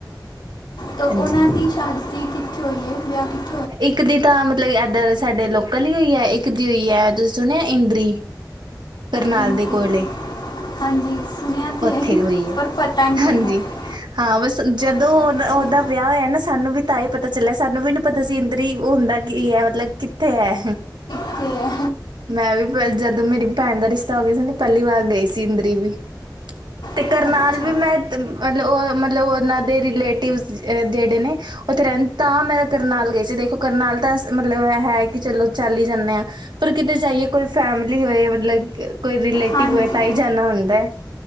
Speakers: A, on the left (about 80°); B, on the right (about 80°).
A: ਤੋਂ
B: ਹਾਂਜੀ।
A: ਉਨਾਂ ਦੀ ਸ਼ਾਦੀ ਕਿੱਥੇ ਹੋਈਏ? <unintelligible>
B: ਇੱਕ ਦੀ ਤਾਂ ਮਤਲਬ ਏਧਰ ਸਾਡੇ ਲੋਕਲ ਈ ਹੋਈ ਏ। ਇੱਕ ਦੀ ਹੋਈ ਐ ਤੁਸੀਂ ਸੁਣਿਐ ਇੰਦਰੀ ਕਰਨਾਲ
A: ਇੰਦੀ
B: ਦੇ ਕੋਲੇ।
A: ਹਾਂਜੀ। ਸੁਣਿਆ ਤੇ
B: ਉੱਥੇ
A: ਹੈ
B: ਹੋਈ ਏ,
A: ਪਰ ਪਤਾ ਨਹੀਂ
B: ਹਾਂਜੀ।
A: ਹੈਗਾ
B: ਹਾਂ, ਬਸ ਜਦੋਂ
A: ਅੱਛਾ
B: ਓਦ ਓਦਾ ਵਿਯਾ ਹੋਯਾ ਨਾ ਸਾਨੂੰ ਵੀ ਤਾਂ ਈ ਪਤਾ ਚੱਲਿਆ ਸਾਨੂੰ ਵੀ ਪਤਾ ਸੀ ਇੰਦਰੀ ਓ ਹੁੰਦਾ ਕੀ ਏ, ਮਤਲਬ ਕਿੱਥੇ ਐ?
A: ਕਿਥੇ ਐ?
B: ਮੈਂ ਵੀ ਜਦੋਂ ਮੇਰੀ ਭੈਣ ਦਾ ਰਿਸ਼ਤਾ ਹੋ ਗਿਆ ਸੀ ਨਾ ਪੈਲੀ ਵਾਰ ਗਈ ਸੀ ਇੰਦਰੀ ਵੀ। ਤੇ
A: ਅੱਛਾ
B: ਕਰਨਾਲ ਵੀ ਮੈਂ ਮਤਲਬ ਓ ਮਤਲਬ ਉਨਾਂ ਦੇ ਰਿਲੇਟਿਵਜ਼ ਜੇੜੇ ਨੇ ਓਥੇ ਰੈਂ ਤਾਂ ਮੈਂ ਕਰਨਾਲ ਗਈ ਸੀ ਦੇਖੋ, ਕਰਨਾਲ ਤਾਂ ਮਤਲਬ ਹੈ ਕਿ ਚਲੋ ਚੱਲ ਈ ਜਾਂਨੇ ਆਂ। ਪਰ ਕਿਤੇ ਜਾਈਏ ਕੋਈ ਫੈਮਿਲੀ ਹੋਏ ਮਤਲਬ ਕੋਈ ਰਿਲੇਟਿਵ
A: ਹਾਂਜੀ
B: ਹੋਏ ਤਾਂ ਹੀ ਜਾਣਾ ਹੁੰਦਾ ਐ